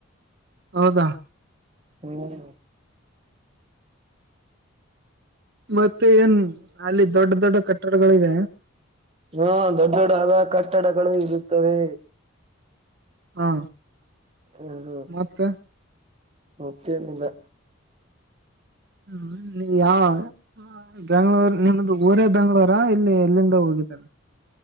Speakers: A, on the right; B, on the right.
A: ಹೌದಾ
B: ಹ್ಮ್
A: ಮತ್ತೆ ಏನ್ ಅಲ್ಲಿ ದೊಡ್ಡ ದೊಡ್ಡ ಕಟ್ಟಡಗಳಿವ
B: ಹ್ಮ ದೊಡ್ಡ ದೊಡ್ಡಾದ ಕಟ್ಟಡಗಳು ಇರುತ್ತವೆ
A: ಹಾ
B: ಹ
A: ಮತ್ತೆ
B: ಹ್ಮಮತ್ತೇನಿಲ್ಲ
A: ಹ್ಮ ಯಾವ ಬೆಂಗ್ಳೂರ್ ನಿಮ್ದು ಊರ ಬೆಂಗ್ಳೂರ ಇಲ್ಲಿ ಎಲ್ಲಿಂದ ಹೋಗಿದ್ದಾರೆ